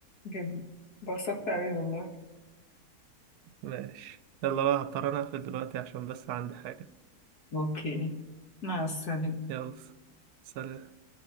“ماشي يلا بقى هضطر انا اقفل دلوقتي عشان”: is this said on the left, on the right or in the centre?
Right